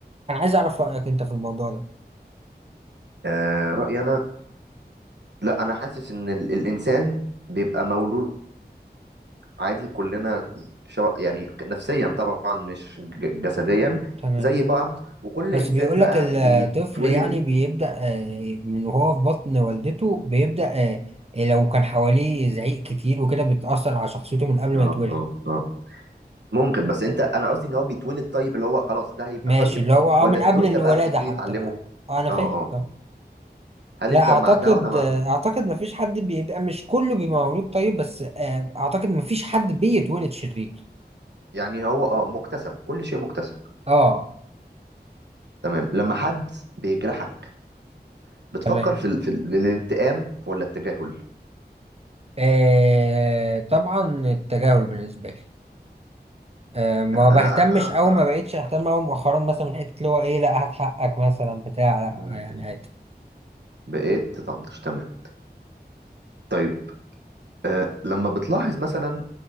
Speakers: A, on the right; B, on the right.
A: انا عايز اعرف رايك انت في الموضوع ده
B: آه رايي انا لا انا حاسس ان ال... الانسان بيبقى مولود عادي كلنا شو... يعني نفسيا طبعا مش ج- جسديا
A: تمام
B: زي بعض وكل
A: بس
B: انسان
A: بيقول
B: بقى
A: لك الطفل
B: بيتولد
A: يعني بيبدا آه، من وهو في بطن والدته بيبدا آه، لو كان حواليه زعيق كتير وكده بتاثر على شخصيته من قبل
B: اه
A: ما يتولد
B: اه اه ممكن بس انت انا قصدي ان هو بيتولد طيب اللي هو خلاص ده هيبقى
A: ماشي
B: طيب
A: اللي هو اه
B: ولا
A: من
B: الدنيا
A: قبل الولادة
B: بقى بتبتدي
A: حتى
B: تعلمه
A: بقى اه انا
B: اه
A: فاهم
B: اه
A: طب.
B: هل
A: لا
B: انت
A: اعتقد
B: مع ده ولا مع
A: اعتقد
B: ده
A: مفيش حد بيبقى مش كله بيبقى مولود طيب بس آه، اعتقد مفيش حد بيتولد شرير
B: يعني هو اه مكتسب كل شيء مكتسب
A: اه
B: تمام لما حد بيجرحك بتفكر
A: تمام
B: في, ال... في ال... الانتقام ولا التجاهل
A: آه طبعا التجاهل بالنسبة لي آه ما بهتمش
B: انا أنا-
A: او
B: أنا-
A: ما بقتش اهتم او مؤخرا مثلا من حتة اللي هو ايه لا هات حقك مثلا بتاع لا
B: م-
A: يعني
B: م.
A: عادي
B: بقيت تطنش تمام طيب آه لما بتلاحظ مثلا